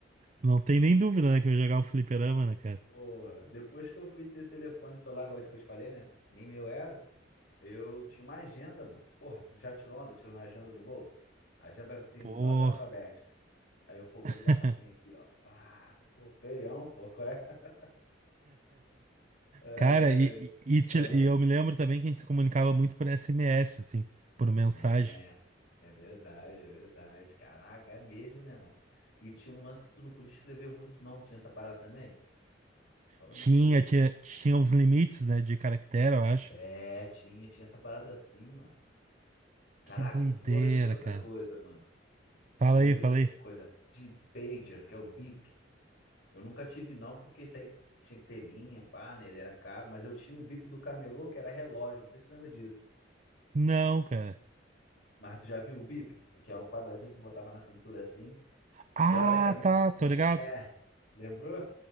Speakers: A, on the right (about 40°); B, on the left (about 65°).
A: Não tem nem dúvida, né, que eu ia jogar um fliperama, né, cara?
B: Porra, depois que eu fui ter telefone celular, igual isso que eu te falei, né? Que Nem meu era. Eu tinha uma agenda, mano. Porra, tu já tirou onda? Tirou na agenda do bolso? Agenda assim, em
A: pô
B: ordem alfabética. Aí eu, pô, vou
A: <laughs>
B: ligar pra quem aqui, ó. Pá, pô, feião, pô, qual é? <laughs> Ai,
A: Cara, e, e, e te-
B: ah.
A: e eu me lembro também que a gente se comunicava muito por SMS, assim, por mensagem.
B: Né, é verdade, é verdade. Caraca, é mesmo, né, mano? E tinha um lance que tu não podia escrever muito, não. Tinha essa parada também? Agora
A: Tinha,
B: eu não sei. que
A: tinha,
B: se-
A: tinha os limites, né, de caractere, eu acho.
B: É, tinha, tinha essa parada assim, mano. Caraca,
A: Que doideira,
B: tu falou, eu lembrei de outra
A: cara.
B: coisa, mano.
A: Fala
B: Eu lembrei
A: aí, fala
B: de outra
A: aí.
B: coisa. De pager, que é o bip. Eu nunca tive não, porque isso aí tinha que ter linha, pá, né? Ele era caro, mas eu tinha o bip do camelô, que era relógio, não sei se você lembra disso.
A: Não, cara.
B: Mas tu já viu o bip, que é um quadradinho que tu botava na cintura assim,
A: Ah,
B: teoricamente,
A: tá, tô
B: é,
A: ligado.
B: lembrou?